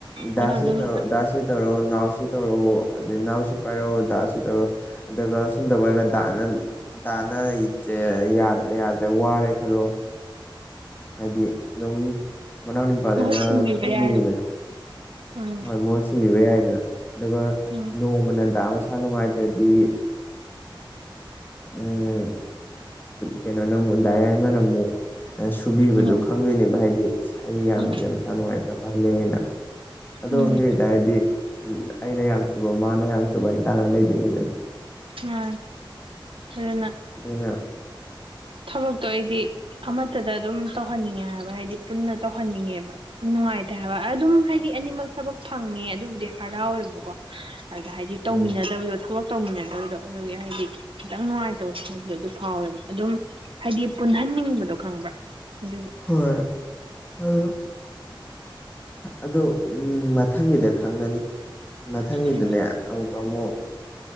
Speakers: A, on the left (about 25°); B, on the right (about 85°).
A: ꯗꯥꯁꯦ
B: ꯑꯃ ꯑꯗꯨꯝ
A: ꯇꯧꯔ ꯗꯥꯁꯦ ꯇꯧꯔꯣ ꯅꯅꯥꯎꯁꯤ ꯇꯧꯔꯣ ꯑꯗꯩ ꯅꯥꯎꯁꯤ ꯄꯥꯏꯔꯣ ꯗꯥ ꯁꯤ ꯇꯧꯔꯣ ꯑꯗꯨꯒ ꯁꯨꯝ ꯇꯧꯕ ꯑꯣꯏꯔꯒ ꯗꯥꯅ ꯏ ꯇꯅ ꯏꯦ ꯌꯥꯗ꯭ꯔꯦ ꯋꯥꯔꯦ ꯈꯜꯂꯣ ꯑ ꯍꯥꯏꯗꯤ ꯑꯗꯨꯝ ꯃꯅꯥꯎ ꯅꯤꯄꯥꯗꯅ
B: ꯃꯍꯨꯠ ꯁꯤꯟꯕꯤꯕ
A: ꯈꯪꯗꯣꯏꯅꯤꯗꯅ
B: ꯌꯥꯏ ꯎꯝ
A: ꯍꯣꯏ ꯃꯍꯨꯠ ꯁꯤꯟꯕꯤꯕ ꯌꯥꯏꯗꯅ ꯑꯗꯨꯒ
B: ꯎꯝ
A: ꯅꯣꯡꯃꯅꯟꯗꯥ ꯃꯁꯥ ꯅꯨꯡꯉꯥꯏꯇ꯭ꯔꯗꯤ ꯎꯝ ꯀꯩꯅꯣ ꯅꯃꯨꯗꯥ ꯌꯥꯏꯃꯅ ꯑꯃꯨꯛ ꯁꯨꯕꯤꯕꯗꯣ
B: ꯎꯝ
A: ꯈꯪꯗꯣꯏꯅꯦꯕ ꯍꯥꯏꯗꯤ ꯑꯩ ꯌꯥꯝꯕꯁꯦ
B: ꯎꯝ
A: ꯃꯁꯥ ꯅꯨꯡꯉꯥꯏꯇ꯭ꯔ ꯃꯥꯜꯂꯦꯅ ꯑꯣ
B: ꯎꯝ
A: ꯃꯤꯏꯇꯥꯔꯗꯤ ꯎ ꯑꯩꯅ ꯌꯥꯝ ꯁꯨꯕ ꯃꯥꯅ ꯌꯥꯝ ꯁꯨꯕ ꯍꯥꯏ ꯇꯥꯅꯅ ꯂꯩꯗꯣꯏꯅꯤꯗꯅ
B: ꯑ ꯑꯗꯨꯅ
A: ꯑꯗꯨꯅ
B: ꯊꯕꯛꯇꯣ ꯑꯩꯗꯤ ꯑꯃꯠꯇꯗ ꯑꯗꯨꯝ ꯇꯧꯍꯟꯅꯤꯡꯉꯦ ꯍꯥꯏꯕ ꯍꯥꯏꯗꯤ ꯄꯨꯟꯅ ꯇꯧꯍꯟꯅꯤꯡꯉꯦꯕ ꯅꯨꯡꯉꯥꯏꯇꯦ ꯍꯥꯏꯕ ꯑꯗꯨꯝ ꯍꯥꯏꯗꯤ ꯑꯅꯤꯃꯛ ꯊꯕꯛ ꯐꯪꯉꯦ ꯑꯗꯨꯕꯨꯗꯤ ꯍꯔꯥꯎꯋꯦꯕꯀꯣ ꯑꯗ ꯍꯥꯏꯗꯤ
A: ꯎꯝ
B: ꯇꯧꯃꯤꯟꯅꯗꯕꯗꯣ ꯊꯕꯛ ꯇꯧꯃꯤꯟꯅꯗꯕꯗꯣ ꯑꯗꯨꯒꯤ ꯍꯥꯏꯗꯤ ꯈꯤꯇꯪ ꯅꯨꯡꯉꯥꯏꯇꯕ ꯐꯥꯎꯕꯗꯣ ꯑꯗꯨ ꯐꯥꯎꯋꯦꯕ ꯑꯗꯨꯝ ꯍꯥꯏꯗꯤ ꯄꯨꯟꯍꯟꯅꯤꯡꯕꯗꯣ ꯈꯪꯕ ꯑꯗꯨ
A: ꯍꯣꯏ ꯑꯗꯨ ꯑꯗꯣ ꯎꯝ ꯃꯊꯪꯒꯤꯗ ꯈꯪꯒꯅꯤ ꯃꯊꯪꯒꯤꯗꯨꯅꯦ
B: ꯎꯝ
A: ꯑꯃꯨꯛꯀ ꯑꯃꯨꯛ